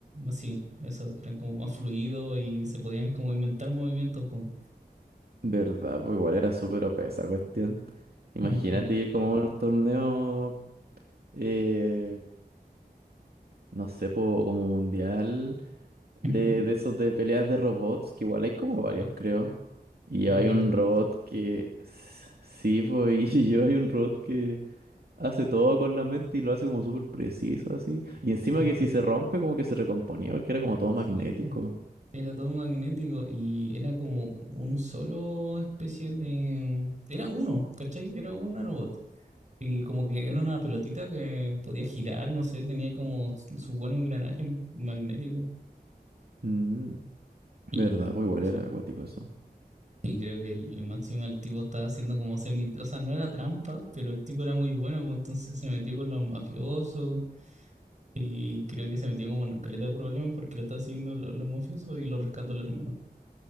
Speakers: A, on the right; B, on the right.
A: así, eso, eran como más fluidos y se podían como inventar movimientos, po.
B: verdad, pues igual era súper OP esa cuestión. Imagínate
A: Ujú.
B: ir como a un torneo, eh, no sé, po, como mundial, de,
A: Ujú.
B: de esos de peleas de robots, que igual hay como varias,
A: Sí.
B: creo. Y
A: Creo
B: hay
A: que
B: un
A: es verdad.
B: robot que, s- sí, pues, y <laughs> yo hay un robot que hace todo con la mente y lo hace como súper preciso, así. Y encima
A: Ujú.
B: que si se rompe, como que se recomponía, porque era como todo
A: Sí,
B: magnético.
A: bu. Era todo magnético y era como un solo especie de... Era uno, ¿cachai? Era un nanobot. Y como que era una pelotita que podía girar, no sé, tenía como su su buen engranaje magnético.
B: Mm,
A: Y
B: verdad, pues igual
A: eso.
B: era acuático eso.
A: Y creo que el, el máximo el tipo estaba haciendo como semi... O sea, no era trampa, pero el tipo era muy bueno, pues entonces se metió con los mafiosos Y creo que se metió como en caleta de problemas porque lo está haciendo lo- los mafiosos y lo rescató el hermano.